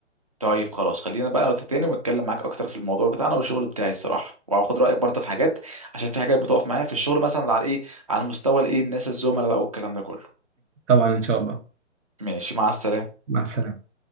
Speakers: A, on the right; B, on the right.
A: طيب خلاص خلينا بقى نقطة تاني ونتكلم معاك اكتر في الموضوع بتاعنا والشغل بتاعي الصراحه وهاخد رايك برضه في حاجات عشان في حاجات بتقف معايا في الشغل مثلا على ايه على مستوى الايه الناس الزملاء بقى والكلام ده كله
B: طبعا إن شاء الله
A: ماشي مع السلامه
B: مع السلامة